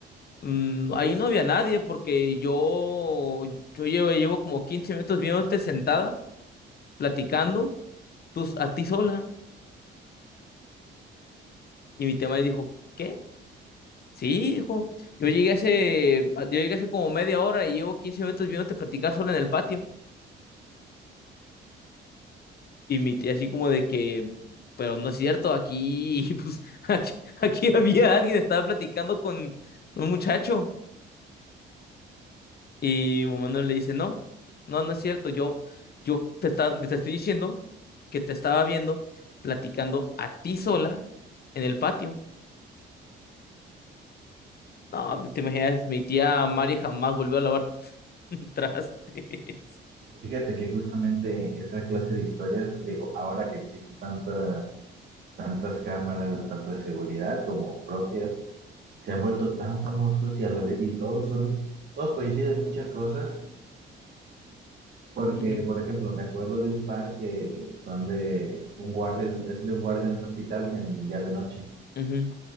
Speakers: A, on the left; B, on the right.
A: Mm, ahí no había nadie porque yo, yo llevo, llevo como 15 minutos viéndote sentada, platicando, tú, a ti sola. Y mi tema dijo, ¿qué? Sí, dijo, yo llegué hace, ah, yo llegué hace como media hora y llevo 15 minutos viéndote platicar sola en el patio. Y mi tía así como de que, pero no es cierto, aquí, <laughs> pues, aquí, aquí había alguien, estaba platicando con un muchacho. Y Momón le dice, no, no, no es cierto, yo, yo te, esta- te estoy diciendo que te estaba viendo platicando a ti sola en el patio. No, te imaginas, mi tía Mari jamás volvió a lavar <laughs> trastes.
B: Fíjate que justamente esa clase de historias, digo, ahora que existen tanta- tantas cámaras, tanto de seguridad como propias, se han vuelto tan famosos y, a la vez- y todos son, todos coinciden en muchas cosas, porque,
A: Ujú,
B: por ejemplo, me acuerdo de un par que son de un guardia, es de un guardia en un hospital en, ya de noche.
A: ujú.